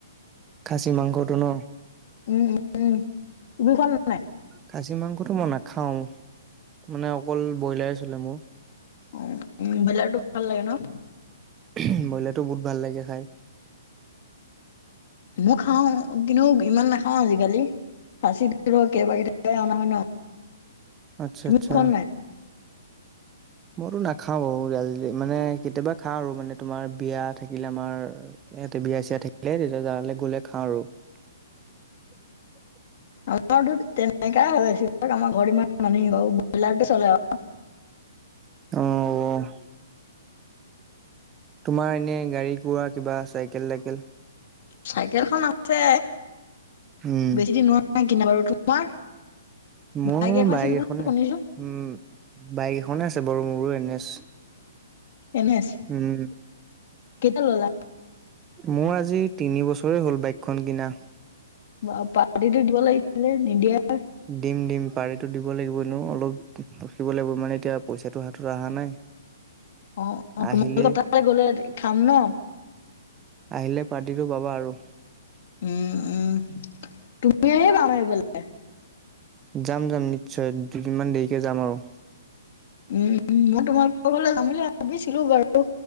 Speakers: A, on the right; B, on the left.
A: খাছি মাংসটো ন?
B: উম, উম, তুমি খোৱা নে নাই?
A: খাছি মাংস এই টো মই নাখাওঁ, মানে অকল বইলাৰ এ চলে মোৰ।
B: অ, বইলাৰ টো ভাল লাগে ন?
A: উম বইলাৰ টো বহুত ভাল লাগে খায়।
B: মই খাওঁ, কিন্তু ইমান নাখাওঁ আজি কালি, খাচী টো কেতিয়াবা কেতিয়াবা হে অনা হয় ন।
A: আচ্ছা,
B: তুমি
A: আচ্ছা।
B: খোৱা নে নাই?
A: মই টো নাখাওঁ বাৰু মানে কেতিয়াবা খাওঁ আৰু মানে তোমাৰ বিয়া থাকিলে আমাৰ ইয়াতে বিয়া-চিয়া থাকিলে খাওঁ আৰু। <unintelligible>
B: আমাৰটো তেনেকুৱা হয বেছিভাগ, আমাৰ ঘৰত ইমান নানে বাৰু বইলাৰটো চলে আৰু।
A: অ'। তোমাৰ এনে গাড়ী-গোৰা কিবা চাইকেল -তাইকেল‌?
B: চাইকেল খন আছে
A: উম,
B: বেছি দিন হোৱা নাই কিনা বাৰু। তোমাৰ?
A: মোৰ
B: বাইক‌ এখন
A: বাইক
B: আছিল বুলি
A: এখনে
B: শুনিছোঁ।
A: উম, বাইক এখনে আছে মোৰো এন এছ।
B: এন এছ,
A: উম,
B: কেতিয়া‌ ল'লা?
A: মোৰ আজি তিনি বছৰয়ে হ'ল বাইক খন কিনা।
B: বাহ পাৰ্টীটো দিব লাগিছিল, নিদিয়াই‌।
A: দিম দিম পাৰ্টিটো দিব লাগিব এনেও অলপ ৰখিব লাগিব মানে এতিয়া পইচাটো হাতত অহা নাই।
B: অ' অ'
A: আহিলে
B: তোমালোকৰ তাল্ গ'লে খাম ন।
A: আহিলে পাৰ্টিটো পাবা আৰু।
B: উম উম।
A: <unintelligible>
B: তুমি আহিবা আমাৰ এইফালে
A: যাম যাম নিশ্চয়, দুদিনমান দেৰিকে যাম আৰু।
B: উম। উম মই তোমালোকৰ ঘৰলে যাম বুলি ভাবিছিলোঁ বাৰু,